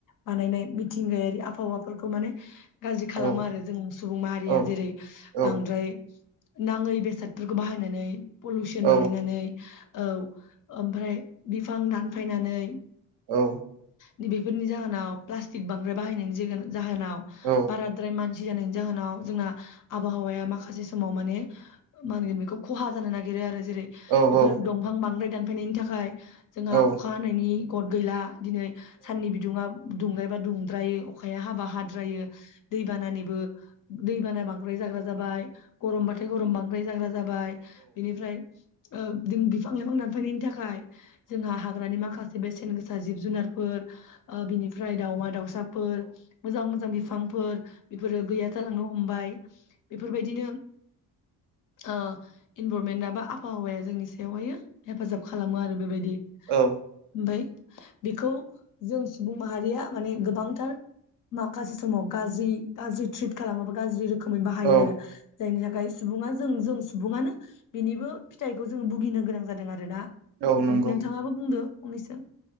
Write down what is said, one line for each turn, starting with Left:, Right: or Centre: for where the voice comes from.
Left: बानायनाय मिथिंगायारि आबहावाफोरखौ माने गाज्रि खालामो
Right: औ औ
Left: आरो जों सुबुं माहारिया
Right: औ
Left: जेरै
Right: औ
Left: बांद्राय नाङै बेसादफोरखौ बाहायनानै पलुसन
Right: औ
Left: बानायनानै औ ओमफ्राय बिफां दानफायनानै
Right: औ ।
Left: दि बेफोरनि जाहोनाव प्लास्टिक बांद्राय बाहायनायनि जा जाहोनाव
Right: औ
Left: बाराद्राय मान सि जानायनि जाहोनाव जोंना आबहावाया माखासे समाव माने मा होनगोन बेखौ खहा जानो नागिरो आरो । जेरै
Right: औ
Left: बेफोर दंफां बांद्राय दान फैनायनि थाखाय जोंहा
Right: औ
Left: अखा हानायनि गट गैला दिनै साननि बिदुङा दुंद्रायबा दुंद्रायो अखाया हाबा हाद्रायो दैबानानिबो दैबाना बांद्राय जाग्रा जाबाय गरमबाथाय गरम बांद्राय जाग्रा जाबाय बिनिफ्राय ओ जों बिफां-लाइफां दानफायनायनि थाखाय जोंहा हाग्रानि माखासे बेस सेन गोसा जिब जुनारफोर ओ बिनिफ्राय दाउमा-दाउ साफोर मोजां मोजां बि फांफोर बेफोरो गैया लांनो हमबाय बेफोरबायदिनो ओ इनभरमेन्टआ बा आबहावाया जोंनि सायावहाय हेफाजाब खालामो आरो बेबायदि ओमफ्राय
Right: औ
Left: बेखौ जों सुबुं माहारिया माने गोबांथार माखासे समाव गाज्रि गाज्रि ट्रिट खालामोबा गाज्रि रो रोखोमै बाहायो
Right: औ
Left: आरो जायनि थाखाय सुबुङा जों जों सुबुङानो बेनिबो फिथाइखौ जों भुगिनो गोनां जादों आरोना।
Right: औ नंगौ
Left: नोंथाङाबो बुंदो फंनैसो